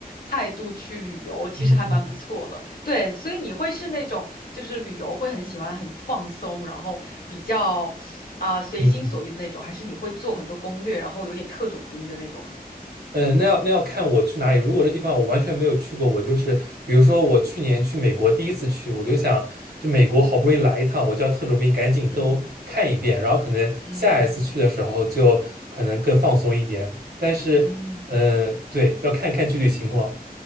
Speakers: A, on the left; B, on the right.
A: 态度去旅游，其实还蛮不错的。
B: 嗯嗯
A: 对，所以你会是那种就是旅游会很喜欢很放松，然后比较啊、随心所欲的那种，
B: 嗯。
A: 还是你会做很多攻略，然后有点特种兵的那种啊？
B: 嗯，呃那要那要看我去哪里。如果这地方我完全没有去过，我就是比如说我去年去美国第一次去，我就想，这美国好不容易来一趟，我就要特种兵赶紧都看一遍，
A: 嗯
B: 然后可能下一次去的时候就可能更放松一点。
A: 嗯
B: 但是，
A: 嗯。
B: 呃，对，要看看具体情况。